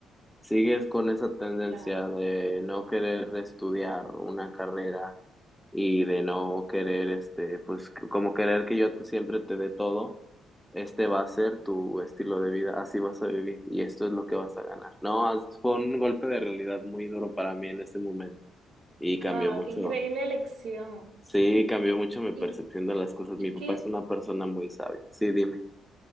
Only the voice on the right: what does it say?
claro.
Wow,
qué increíble elección.
¿Y,
y
qué,